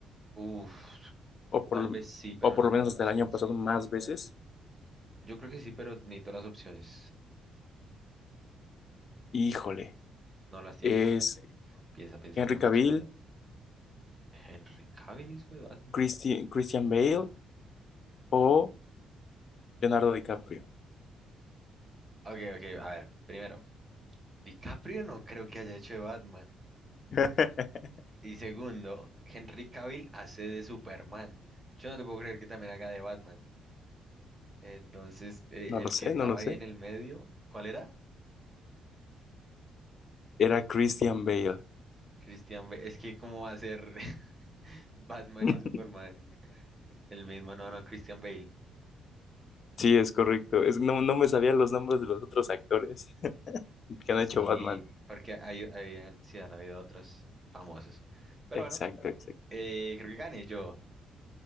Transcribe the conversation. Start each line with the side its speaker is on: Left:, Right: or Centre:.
Right: Uf,
Left: O por,
Right: tal
Left: lo-
Right: vez sí, pero
Left: o por
Right: necesito
Left: lo menos
Right: las
Left: hasta
Right: opciones.
Left: el año pasado más veces.
Right: Yo creo que sí, pero necesito las opciones.
Left: Híjole,
Right: ¿No las tienes?
Left: ¿es
Right: Piensa, piensa
Left: Henry
Right: unas
Left: Cavill,
Right: opciones. Henry Cavill hizo de Batman.
Left: Christi- Christian Bale o Leonardo DiCaprio?
Right: Ok, ok, a ver. Primero, DiCaprio no creo que haya hecho de Batman.
Left: <laughs>
Right: Y segundo, Henry Cavill hace de Superman. Yo no te puedo creer que también haga de Batman. Entonces, eh,
Left: No lo
Right: el
Left: sé,
Right: que estaba
Left: no lo sé.
Right: ahí en el medio, ¿cuál era?
Left: Era Christian Bale.
Right: Christian Bale. Es que, ¿cómo va a ser? <laughs> Batman
Left: <laughs>
Right: y Superman, el mismo, no, no, Christian Bale.
Left: Sí, es correcto. Es, no, no me sabía los nombres de los otros actores <laughs> que han
Right: Sí,
Left: hecho Batman.
Right: porque hay, hay- en- sí, han habido otros famosos. Pero
Left: Exacto,
Right: bueno,
Left: exacto.
Right: eh, creo que gané yo.